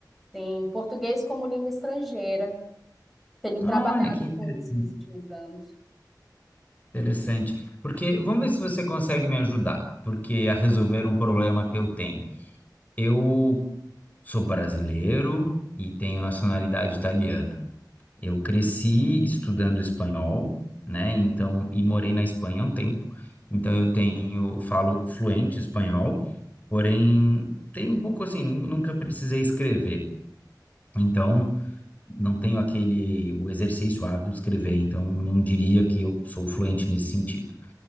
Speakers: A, in the centre; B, on the left.
A: Sim, português como língua estrangeira. Tenho trabalhado
B: Olha, que interessante.
A: com isso nos últimos anos.
B: Interessante. Porque, vamos ver se você consegue me ajudar, porque a resolver um problema que eu tenho. Eu sou brasileiro e tenho nacionalidade italiana. Eu cresci estudando espanhol, né? Então, e morei na Espanha há um tempo. Então, eu tenho, falo fluente espanhol, porém, tem um pouco assim, nun- nunca precisei escrever. Então, não tenho aquele, o exercício, o hábito de escrever. Então, não diria que eu sou fluente nesse sentido.